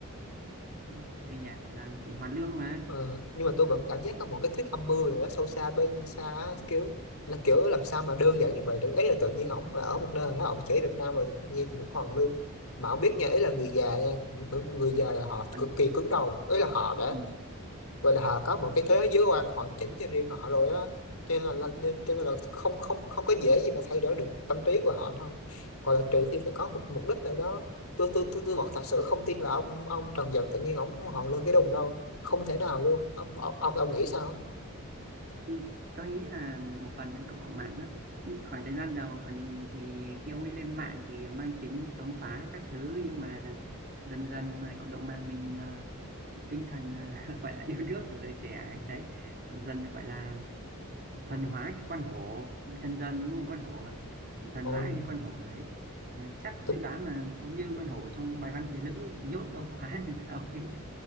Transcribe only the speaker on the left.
Ờ, nhưng mà tôi vẫn cảm giác có một cái thuyết âm mưu nào đó sâu xa bên xa á, kiểu là kiểu làm sao mà đơn giản như vậy được ý là tự nhiên ổng là ở một nơi đó ổng chỉ Việt Nam rồi tự nhiên được hoàn lương mà ổng biết nha ý là người già nha người, người già là họ
cực kỳ cứng đầu ý là họ đã
vậy là họ có một cái thế giới quan hoàn chỉnh cho riêng họ rồi á cho nên là là- nên cho nên là không không không có dễ gì mà thay đổi được tâm trí của họ đâu hoặc là trừ khi phải có một mục đích nào đó tôi tôi tôi, tôi vẫn thật sự không tin là ông ông Trần Dần tự nhiên ông họ lương cái đùng đâu không thể nào luôn ông ông ông, ông nghĩ sao
thôi
tôi,